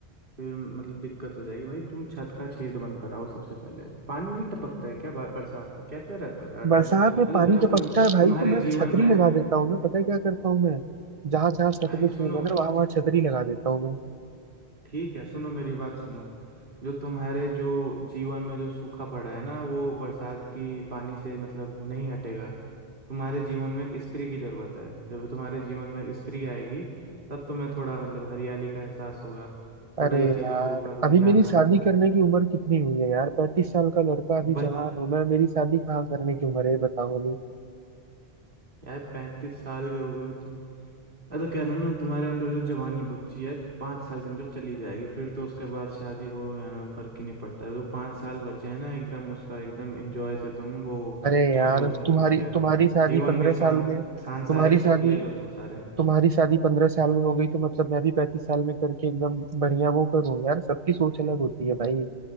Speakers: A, on the right; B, on the right.
A: फिर मतलब दिक्कत हो जाएगी भाई तुम छत का छेद बंद कराओ सबसे पहले पानी नहीं टपकता है क्या बा- बरसात में कैसे रहते हो यार
B: बरसात
A: तुम मैं
B: में पानी
A: तो कह रहा हूँ
B: टपकता
A: तुम
B: है भाई
A: तुम्हारे
B: तो मैं
A: जीवन
B: छतरी
A: में
B: लगा देता हूँ ना पता है क्या करता हूँ मैं जहाँ जहाँ छत
A: भाई
B: पे छेद
A: सुनो
B: है ना वहां वहां छतरी लगा देता हूँ मैं
A: ठीक है सुनो मेरी बात सुनो जो तुम्हारे जो जीवन में जो सूखा पड़ा है ना वो बरसात की पानी से मतलब नहीं हटेगा तुम्हारे जीवन में एक स्त्री की जरूरत है जब तुम्हारे जीवन में एक स्त्री आएगी तब तुम्हें थोड़ा मतलब हरियाली का एहसास होगा थोड़ा
B: अरे
A: ये चीजों
B: यार
A: का तुम
B: अभी
A: ध्यान
B: मेरी
A: रखोगे
B: शादी करने की उम्र कितनी हुई है यार पैंतीस साल का लड़का अभी
A: बट
B: जवान हूँ मैं मेरी शादी कहाँ करने की उम्र है ये बताओ
A: यार पैंतीस साल के हो गए हो तुम मैं तो कह रहा हूँ ना तुम्हारे अंदर जो जवानी बची है पाँच साल के अंदर चली जाएगी फिर तो उसके बाद शादी हो या ना हो, फर्क ही नहीं पड़ता है। वो पाँच साल बचे हैं ना एकदम उसका एकदम एंजॉय से तुम वो
B: अरे
A: जी
B: यार
A: लो उसे मैं
B: तुम्हारी
A: तो कह रहा
B: तुम्हारी
A: हूँ
B: शादी
A: जीवन
B: पंद्रह
A: के सांस
B: साल में
A: सांसारिक
B: तुम्हारी
A: सुख
B: शादी
A: ले लो तुम सारे
B: तुम्हारी शादी पंद्रह साल में हो गई तो मतलब मैं भी पैंतीस साल में करके एकदम बढ़िया वो करूँ यार सबकी सोच अलग होती है भाई